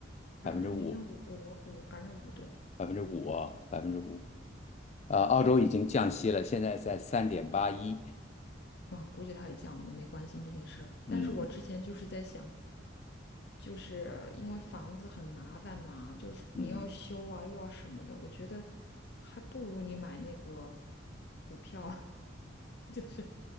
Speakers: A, on the left; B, on the left.
A: 百分之零点五五五，
B: 百分之五，
A: 百分之五，对。
B: 百分之五哦，百分之五。呃，澳洲已经降息了，现在在三点八一。
A: 哇，估计他也降了，我没关心这件事儿。但是我之前就是在想，
B: 嗯，
A: 就是因为房子很麻烦嘛，就是你要修啊，
B: 嗯，
A: 又要什么的，我觉得还不如你买那个股票，<laughs> 就是